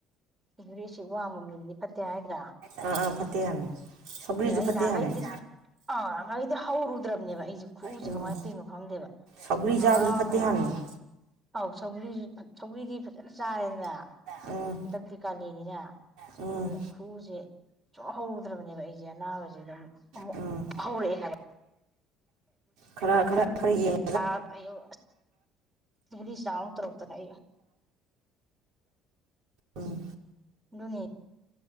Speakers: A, on the right; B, on the right.
A: ꯌꯨꯔꯤꯛ ꯑꯦꯁꯤꯠ ꯋꯥꯡꯕ ꯃꯤꯗꯗꯤ ꯐꯠꯇꯦ ꯍꯥꯏ ꯑ
B: ꯑꯥ ꯑꯥ ꯐꯠꯇꯦ ꯍꯥꯏꯕꯅꯤ ꯁꯧꯒ꯭ꯔꯤꯁꯨ
A: ꯑꯩ
B: ꯐꯠꯇꯦ
A: ꯅꯍꯥꯟꯈꯩꯗꯤ
B: ꯍꯥꯏꯕꯅꯤ
A: ꯑꯥ ꯅꯍꯥꯟꯈꯩꯗꯤ ꯍꯧꯔꯨꯗ꯭ꯔꯕꯅꯦꯕ ꯑꯩꯁꯦ ꯈꯨꯎꯁꯦ
B: ꯎꯝ
A: ꯀꯃꯥꯏꯅ ꯇꯧꯔꯤꯅꯣ ꯈꯪꯗꯦꯕ
B: ꯁꯧꯒ꯭ꯔꯤ
A: ꯉꯔꯥꯡ
B: ꯆꯥꯕꯁꯨ ꯐꯠꯇꯦ ꯍꯥꯏꯕꯅꯤ
A: ꯑꯥꯎ ꯁꯒ꯭ꯔꯤꯁꯨ ꯁꯧꯒ꯭ꯔꯤꯗꯤ ꯐꯖꯅ ꯆꯥꯔꯦꯗꯅ
B: ꯎꯝ
A: ꯍꯟꯗꯛ ꯇꯤ ꯀꯂꯦꯟꯅꯤꯅ
B: ꯎꯝ
A: ꯑꯗꯨ ꯈꯨꯎꯁꯤ ꯁꯦ ꯁꯨꯛꯍꯧ ꯍꯧꯗ꯭ꯔꯕꯅꯦꯕ ꯑꯩꯁꯦ ꯑꯅꯥꯕꯁꯤꯗ ꯑꯃꯨꯛ
B: ꯎꯝ
A: ꯍꯧꯔꯛꯑꯦ ꯍꯥꯏꯕ
B: ꯈꯔ ꯈꯔ ꯌꯦꯡ
A: ꯑꯥ ꯑꯌꯣ ꯒꯨꯂꯤ ꯆꯥꯎ ꯇꯧꯔꯛꯇꯅ ꯑꯩ
B: ꯎꯝ
A: ꯗꯨꯅꯦ